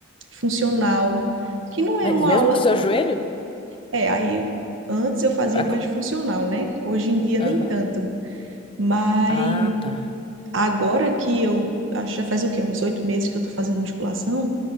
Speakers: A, on the right; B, on the left.
A: funcional, que não
B: mas
A: é uma
B: mesmo
A: aula.
B: com o seu joelho?
A: É, aí antes eu fazia
B: A
A: mais
B: co-
A: funcional, né? Hoje em dia nem
B: Aham.
A: tanto. Mas
B: Ah, tá.
A: agora que eu acho que já faz o quê? Uns oito meses que eu tô fazendo musculação.